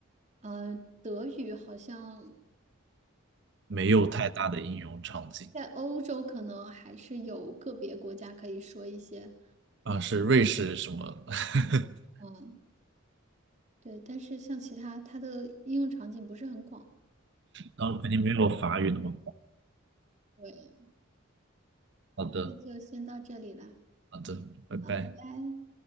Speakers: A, on the right; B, on the right.
A: 呃，德语好像
B: 没有太大的应用场景
A: 在欧洲可能还是有个别国家可以说一些，
B: 啊，是瑞士什么？<laughs>
A: 嗯，对，但是像其他它的应用场景不是很广。
B: 然后肯定没有法语那么好。
A: 对，
B: 好的，
A: 那就先到这里了，
B: 好的，拜拜。
A: 好，拜拜。